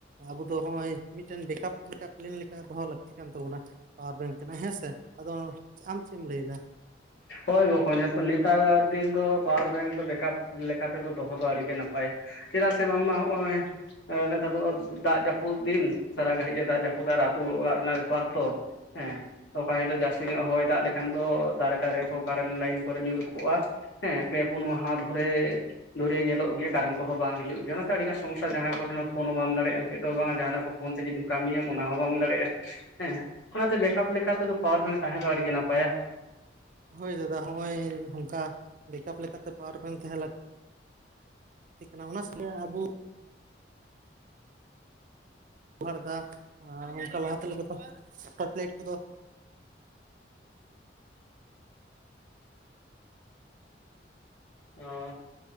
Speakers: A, on the right; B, on the left.
A: ᱟᱵᱚ ᱫᱚ ᱦᱚᱜᱼᱚᱭ ᱢᱤᱫᱴᱮᱱ ᱵᱮᱠᱟᱯ ᱢᱤᱫᱴᱟ ᱯᱞᱮᱱ ᱞᱮᱠᱟ ᱫᱚᱦᱚ ᱞᱟᱹᱠᱛᱤ ᱠᱟᱱ ᱛᱟᱵᱚᱱᱟᱹ᱾ ᱯᱟᱣᱟᱨ ᱵᱮᱝᱠ ᱠᱟᱱᱟ ᱦᱮᱸ ᱥᱮ ᱟᱫᱚ ᱟᱢ ᱪᱮᱜ ᱮᱢ ᱞᱮᱭ ᱫᱟ᱾
B: ᱦᱳᱭ ᱵᱟᱠᱚᱧ ᱦᱟᱯᱮ ᱱᱮᱛᱟᱨ ᱫᱤᱱ ᱫᱚ ᱯᱟᱣᱟᱨ ᱵᱮᱝᱠ ᱫᱚ ᱵᱮᱠᱟᱯ ᱞᱮᱠᱟᱛᱮ ᱫᱚ ᱫᱚᱦᱚ ᱫᱚ ᱟᱹᱰᱤᱜᱮ ᱱᱟᱯᱟᱭᱟ ᱪᱮᱫᱟᱜ ᱥᱮ ᱵᱟᱝᱢᱟ ᱦᱚᱜᱼᱚᱭ ᱱᱮᱛᱟᱨ ᱫᱚ ᱫᱟᱜ ᱡᱟᱹᱯᱩᱫ ᱫᱤᱱ ᱥᱟᱨᱟ ᱜᱷᱟᱹᱲᱤᱡ ᱮ ᱫᱟᱜ ᱡᱟᱹᱯᱩᱫᱟ ᱟᱨ ᱟᱹᱛᱳ ᱚᱲᱟᱜ ᱨᱮᱱᱟᱜ ᱵᱮᱯᱟᱨ ᱛᱚ᱾ ᱦᱮᱸ ᱚᱠᱟ ᱦᱤᱞᱳᱜ ᱡᱟᱹᱥᱛᱤ ᱧᱚᱜ ᱦᱚᱭ ᱫᱟᱜ ᱞᱮᱠᱷᱟᱱ ᱫᱚ ᱫᱟᱨᱮ ᱫᱟᱨᱮᱠᱚ ᱠᱟᱨᱮᱱᱴ ᱞᱟᱭᱤᱱ ᱠᱚᱨᱮ ᱧᱩᱨ ᱠᱚᱜᱼᱟ ᱦᱮᱸ ᱯᱮ ᱯᱩᱱ ᱢᱟᱦᱟ ᱫᱷᱚᱨᱮ᱾ ᱫᱷᱩᱨᱭᱟᱹ ᱧᱚᱜ ᱜᱮᱭᱟ ᱠᱟᱨᱮᱱ ᱠᱚᱦᱚᱸ ᱵᱟᱝ ᱦᱤᱡᱩᱜ ᱜᱮᱭᱟ ᱚᱱᱟᱛᱮ ᱟᱹᱰᱤᱜᱟᱱ ᱥᱚᱢᱚᱥᱥᱟ ᱡᱟᱦᱟᱸᱭ ᱠᱚᱴᱷᱮᱱ ᱯᱷᱳ ᱦᱚᱸ ᱵᱟᱢ ᱫᱟᱲᱮᱭᱟᱜᱼᱟᱱ ᱪᱮᱫ ᱦᱚᱸ ᱵᱟᱝ ᱡᱟᱦᱟᱱᱟᱜ ᱠᱚ ᱯᱷᱳᱱ ᱛᱮ ᱡᱩᱫᱤᱢ ᱠᱟᱹᱢᱤᱭᱟᱢ ᱚᱱᱟ ᱦᱚᱸ ᱵᱟᱢ ᱫᱟᱲᱮᱭᱟᱜᱼᱟ ᱦᱮᱸ ᱚᱱᱟᱛᱮ ᱵᱮᱠᱟᱯ ᱞᱮᱠᱟ ᱛᱮᱫᱚ ᱯᱟᱣᱟᱨ ᱵᱮᱝᱠ ᱛᱟᱦᱮᱸ ᱫᱚ ᱟᱹᱰᱤᱜ ᱱᱟᱯᱟᱭᱟ᱾
A: ᱦᱳᱭ ᱫᱟᱫᱟ ᱱᱚᱜᱼᱚᱭ ᱱᱚᱝᱠᱟ ᱵᱮᱠᱟᱯ ᱞᱮᱠᱟᱛᱮ ᱯᱟᱣᱟᱨ ᱵᱮᱝᱠᱮ ᱛᱟᱦᱮᱸ ᱞᱟᱹᱠᱛᱤ ᱞᱟᱹᱛᱤ ᱠᱟᱱᱟ ᱚᱱᱟ ᱟᱵᱚ <unintelligible> ᱵᱮᱚᱦᱟᱨᱫᱟ ᱟᱨ ᱚᱱᱠᱟ ᱞᱟᱦᱟᱛᱮᱫᱚ ᱴᱚᱨᱪ ᱞᱟᱭᱤᱴ ᱠᱚᱫᱚ <unintelligible>
B: ᱚ